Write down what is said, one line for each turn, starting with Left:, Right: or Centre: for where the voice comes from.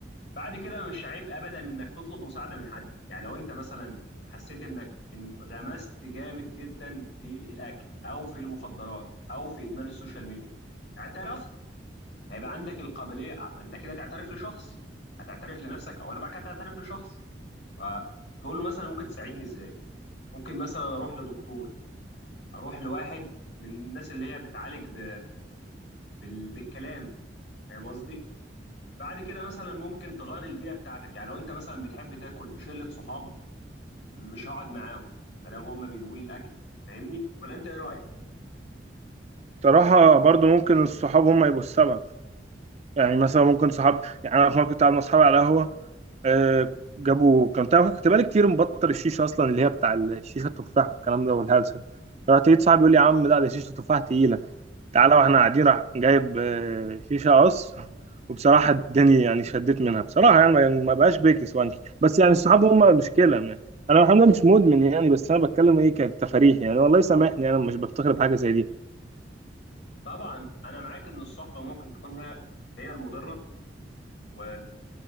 Left: بعد كده مش عيب ابدا انك تطلب مساعده من حد يعني لو انت مثلا حسيت انك انغمست جامد جدا في الاكل او في المخدرات او في ادمان السوشيال ميديا اعترفت هيبقى عندك القابليه آه، انت كده تعترف لشخص هتعترف لنفسك او انا بعد كده هتعترف لشخص فتقول له مثلا ممكن تساعدني ازاي ممكن مثلا اروح لدكتور اروح لواحد من الناس اللي هي بتعالج ب... بال... بالكلام فاهم قصدي بعد كده مثلا ممكن تغير البيئه بتاعتك يعني لو انت مثلا بتحب تاكل في شله صحاب مش هقعد معاهم ما دام هم بيجيبوا لي الاكل فاهمني ولا انت ايه رايك
Right: بصراحه برضو ممكن الصحاب هم يبقوا السبب يعني مثلا ممكن صحاب يعني انا في مره كنت قاعد مع اصحابي على قهوه آه، جابوا كان تعرف كنت بقالي كتير مبطل الشيشه اصلا اللي هي بتاع الشيشه التفاح والكلام ده والهلسه فرحت لقيت صاحبي يقول لي يا عم لا ده شيشه التفاح تقيله تعالى واحنا قاعدين راح جايب آه، شيشه قص وبصراحه اداني يعني شديت منها بصراحه يعني ما يعني ما بقاش بيكس وانكي بس يعني الصحاب هم المشكله ما. انا الحمد لله مش مدمن يعني بس انا بتكلم ايه كانت تفاريح يعني والله سامحني انا مش بفتخر بحاجه زي دي
Left: طبعا انا معاك ان الصحبه ممكن تكون هي هي المضره و